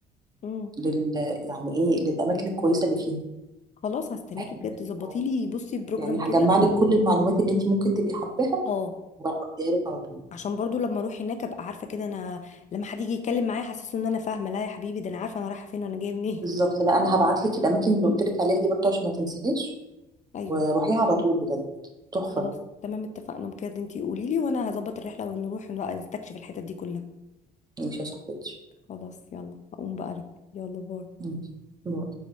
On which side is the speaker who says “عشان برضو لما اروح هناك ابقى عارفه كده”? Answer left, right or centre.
Left